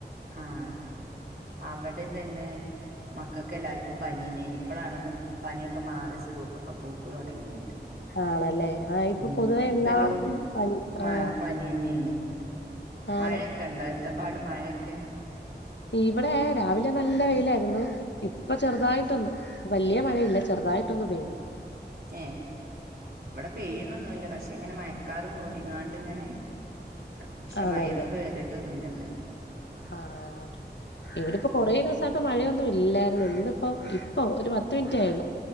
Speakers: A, on the right (about 65°); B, on the left (about 85°).
A: ആഹ് അവിടെം തന്നെ മക്കൾക്ക് എല്ലാർക്കും പനിന്നേന് ഇപ്പഴാണൊന്ന് പനിയൊക്കെ മാറി സ്കൂൾക്കൊക്കെ പോക്ക് തുടങ്ങിയത്
B: ആണല്ലേ ആഹ് ഇപ്പൊ
A: ഉം
B: പൊതുവെ
A: ഇപ്പല്ലോ
B: എല്ലായിടത്തും പനി
A: മ
B: ആഹ്
A: പനിന്നെയ്ന്ന് മയൊക്കെ
B: ആണ്
A: ഇണ്ടോ എന്താ പാട് മഴയൊക്കെ
B: ഇവിടെ രാവിലെ നല്ല വെയിലായിരുന്നു ഇപ്പ ചെറുതായിട്ടൊന്നു വല്യ മഴയില്ല ചെറുതായിട്ടൊന്ന് പെയ്
A: ഏ ഇവിടെ പെയ്യണൊന്നുല്ല പക്ഷെ ഇങ്ങനെ മയക്കാർ മൂടികാണ്ട്ങ്ങനെ ആണ് പക്ഷെ
B: ആണല്ലേ
A: മയൊന്നും പെയ്തിട്ടൊന്നുല്ലന്ന്
B: ആഹ് ഇവിടെപ്പൊ കുറേ ദിവസമായിട്ട് മഴയൊന്നും ഇല്ലായിരുന്നു ഇന്നിപ്പോ പ്പൊ ഒരു പത്ത് മിനിറ്റയുള്ളു